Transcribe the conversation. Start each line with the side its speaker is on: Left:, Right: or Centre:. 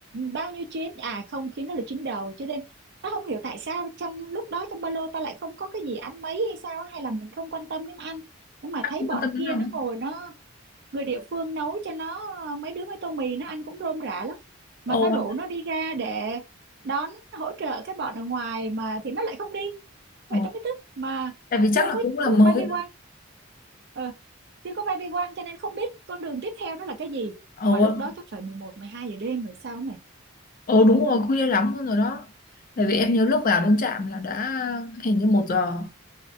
Right: bao nhiêu chuyến à không chuyến đó là chuyến đầu cho nên tao không hiểu tại sao trong lúc đó trong ba lô tao lại không có cái gì ăn mấy hay sao á, hay là mình không quan tâm đến ăn nhưng mà
Left: Bạn
Right: thấy
Left: quan
Right: bọn
Left: tâm đến
Right: kia
Left: rằm
Right: nó ngồi nó người địa phương nấu cho nó ờ, mấy đứa mấy tô mì nó ăn cũng rôm rả lắm
Left: Ồ,
Right: mà ta rủ nó đi ra để đón hỗ trợ cái bọn ở ngoài mà thì nó lại không đi
Left: ồ,
Right: vậy ta mới tức mà
Left: tại vì chắc
Right: chưa
Left: là
Right: có
Left: cũng là
Right: cứ
Left: mới.
Right: baby one ờ, chưa có baby one cho nên không biết con đường tiếp theo nó là cái gì
Left: Ồ,
Right: mà lúc đó chắc phải mười một mười hai giờ đêm rồi sao này
Left: ồ đúng rồi, khuya lắm luôn rồi đó. Tại vì
Right: ừ.
Left: em nhớ lúc vào đến trạm là đã hình như một giờ.